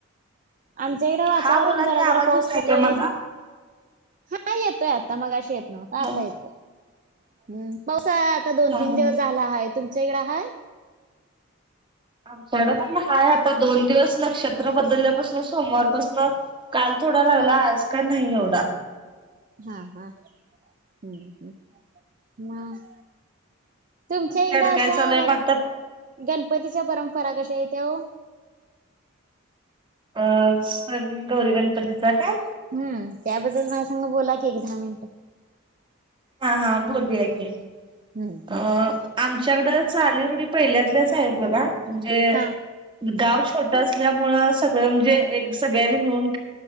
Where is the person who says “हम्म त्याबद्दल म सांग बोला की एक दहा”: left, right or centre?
Right